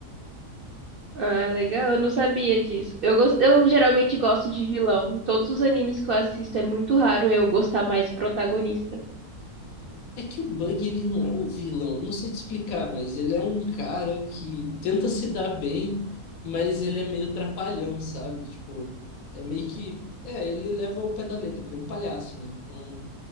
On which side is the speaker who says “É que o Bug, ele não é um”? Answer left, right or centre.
Left